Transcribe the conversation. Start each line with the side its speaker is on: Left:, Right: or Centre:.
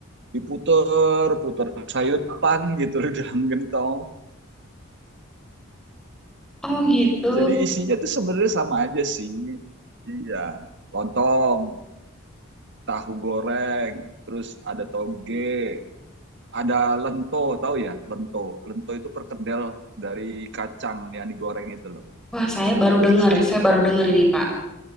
Right: diputer puter sayuran gitu loh dalam gentong
Centre: Oh gitu.
Right: jadi isinya tuh sebenarnya sama aja sih iya lontong tahu goreng terus ada toge ada lento tahu ya lento lento itu perkedel dari kacang yang digoreng itu loh
Centre: Wah, saya
Right: perkedel
Centre: baru dengar.
Right: isi kacang
Centre: Saya baru dengar ini, Pak.